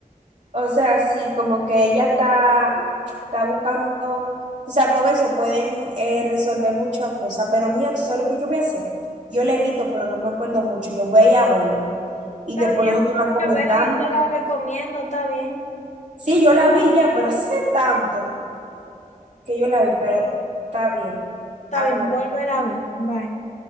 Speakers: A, on the right; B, on the left.
A: O sea, sí, como que ella está, está buscando, o sea, con eso pueden eh, resolver muchas cosas, pero mira, tú sabes lo que yo voy a hacer. Yo la he visto pero no me acuerdo mucho. Yo voy a ir a verla y
B: Está
A: después
B: bien,
A: nosotros
B: ponte
A: la comentamos.
B: a verla, yo te la recomiendo, está bien,
A: Sí, yo la vi ya, pero hace tanto que yo la vi, pero está bien.
B: está
A: Habla.
B: bien, vuélvela a ver, bye.